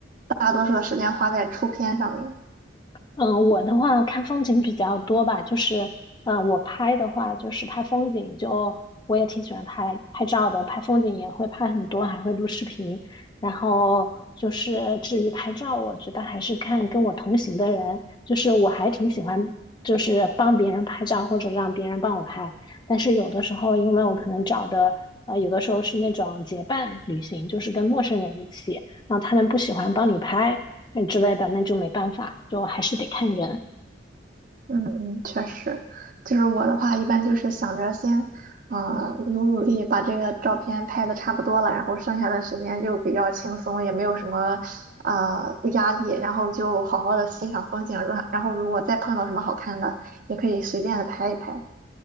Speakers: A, on the right; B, on the left.
A: 大多数的时间花在出片上面。
B: 嗯，我的话看风景比较多吧，就是，嗯，我拍的话就是拍风景就，我也挺喜欢拍拍照的，拍风景也会拍很多，还会录视频。然后就是至于拍照，我觉得还是看跟我同行的人，就是我还挺喜欢就是帮别人拍照或者让别人帮我拍。但是有的时候，因为我可能找的，呃，有的时候是那种结伴旅行，就是跟陌生人一起，然后他们不喜欢帮你拍。嗯之类的，那就没办法，就还是得看人。
A: 嗯嗯，确实，就是我的话，一般就是想着先，呃，努努力把这个照片拍的差不多了，然后剩下的时间就比较轻松，也没有什么呃压力，然后就好好的欣赏风景，然然后如果再碰到什么好看的，也可以随便的拍一拍。